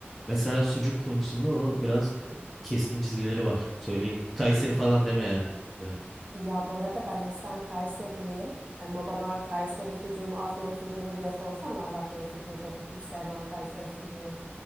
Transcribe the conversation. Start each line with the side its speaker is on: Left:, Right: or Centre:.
Centre: Mesela sucuk konusunda o biraz e, keskin çizgileri var. Söyleyeyim. Kayseri falan deme yani. bu bir kere.
Right: Ya bu arada ben aslen Kayseriliyim. E, Ama bana Kayseri sucuğu mu Afyon sucuğu mu diye sorsam ben de Afyon sucuğu derim. Hiç sevmem Kayseri sucuğunu.